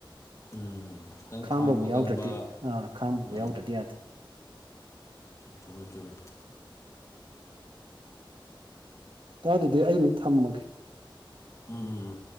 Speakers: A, on the left; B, on the right.
A: ꯎꯝ ꯈꯤꯇꯪ
B: ꯈꯥꯡꯕꯕꯨ
A: ꯈꯥꯡꯕ
B: ꯌꯥꯎꯗ꯭ꯔꯗꯤ
A: ꯀꯟꯕ
B: ꯑꯥ ꯈꯥꯡꯕꯕꯨ
A: ꯎꯝ,
B: ꯌꯥꯎꯗ꯭ꯔꯗꯤ ꯌꯥꯗꯦ
A: ꯆꯨꯝꯃ‌ꯦ-ꯆꯨꯝꯃ‌ꯦ꯫
B: ꯏꯇꯥꯎ ꯑꯗꯨꯗꯤ ꯑꯩꯩ ꯃꯨꯛꯊꯝꯃꯒꯦ꯫
A: ꯎꯝ ꯎꯝ ꯎꯝ